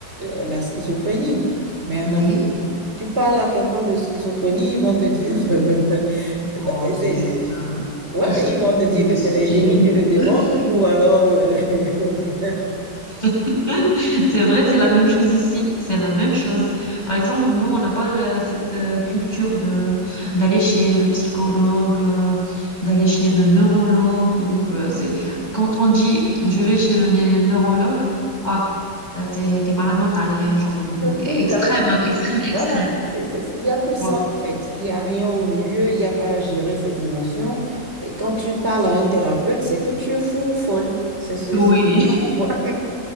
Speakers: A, on the right; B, on the left.
A: euh, la schizophrénie. Mais en
B: Oui.
A: Afrique, tu parles à quelqu'un de schizophrénie, ils vont te dire, <laughs> euh,
B: Oh,
A: c'est-
B: c'est
A: c'est-
B: juste euh,
A: ouais, ils vont te dire
B: de la
A: que c'est
B: sorcellerie.
A: le génie qui le dérange
B: <laughs>
A: ou alors, euh, <laughs>
B: <laughs> C'est vrai, c'est la même chose ici. C'est la même chose. Par exemple, nous, on n'a pas euh, cette euh, culture de d'aller chez le psychologue, euh, d'aller chez le neurologue. euh, c'est quand on dit je vais chez le né- neurologue, ah, euh, t'es t'es malade mental, euh, genre euh,
A: c'est
B: extrême,
A: fou, carrément,
B: hein,
A: ils vont
B: extrême,
A: dire,
B: extrême.
A: voilà, c'est, c'est- il n'y a que
B: Tu vois.
A: ça en fait. Il n'y a rien au milieu, il n'y a pas à gérer ses émotions. Et quand tu parles à un thérapeute, c'est que tu es fou ou folle. C'est ce-
B: Oui,
A: Voilà.